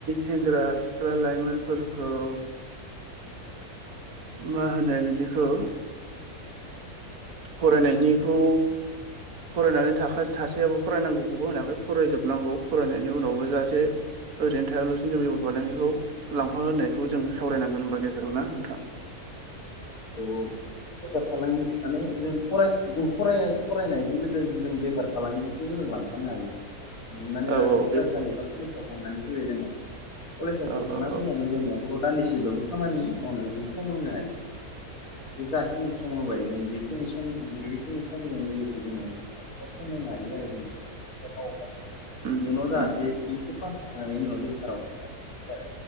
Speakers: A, on the right; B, on the left.
A: सेंग्रा सिख्ला लाइमोनफोरखौ मा होनो बिदिखौ फरायनायनिखौ फरायनानै थाख थासेयाबो फरायनांगौखौबो होनाखै फरायजोबनांगौ फरायनायनि उनावबो जाहाथे ओरैनो थायालासे जों बेफार फालांगिखौ लांफा होनायखौ जों सावरायनांगोन होनबा गेजेराव ना? था
B: औ बेफार फालांगि माने जों फराय जों फराय फरायनाय जों बेफार फालांगिखौबो जों लांफानो हायो हमनानै
A: औ
B: ला जों
A: औ
B: फरायसालि
A: बे
B: बा कलेजाव थांनानै फैबाय जोङो कलेजाव
A: औ
B: थांखांना
A: औ औ
B: फैनानै जों दा राव दान्दिसेबाबो खामानि मावनो जों सम होनो हायो। बे जाखिनि सम होबाय जों बेखिनि सम बेखिनि समजों लोगोसे जोङो खम होनो हायो आरो जों इयुनाव
A: उम
B: जाहाथे
A: उम
B: बेखौ फास जाखांनायनि उनाव बेखाराव था आरो